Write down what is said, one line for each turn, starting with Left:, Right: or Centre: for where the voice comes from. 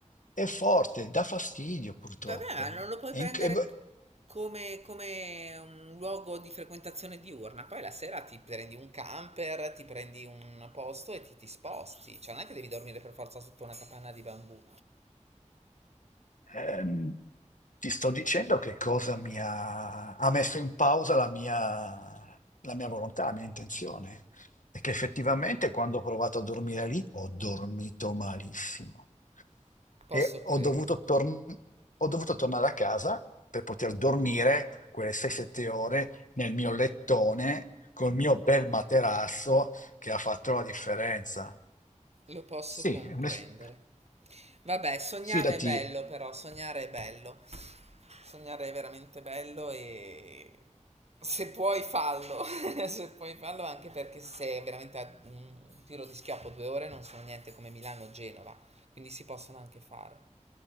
Left: è forte, dà fastidio purtroppo.
Right: Vabbè, ma non lo puoi
Left: È
Right: prendere
Left: inc- è-
Right: come, come un luogo di frequentazione diurna. Poi la sera ti prendi un camper, ti prendi un posto e ti, ti sposti. Cioè, non è che devi dormire per forza sotto una capanna di bambù.
Left: Ehm, ti sto dicendo che cosa mi ha, ha messo in pausa la mia, la mia volontà, la mia intenzione. E che effettivamente quando ho provato a dormire lì ho dormito malissimo
Right: Posso
Left: e ho
Right: crederlo.
Left: dovuto, tor- ho dovuto tornare a casa per poter dormire quelle 6-7 ore nel mio lettone col mio bel materasso che ha fatto la differenza.
Right: Lo posso
Left: Sì,
Right: comprendere.
Left: è un es-
Right: Vabbè, sognare
Left: fidati.
Right: è bello però, sognare è bello. Sognare è veramente bello e se puoi fallo, <laughs> se puoi fallo anche perché se è veramente a un tiro di schioppo due ore non sono niente come Milano o Genova, quindi si possono anche fare.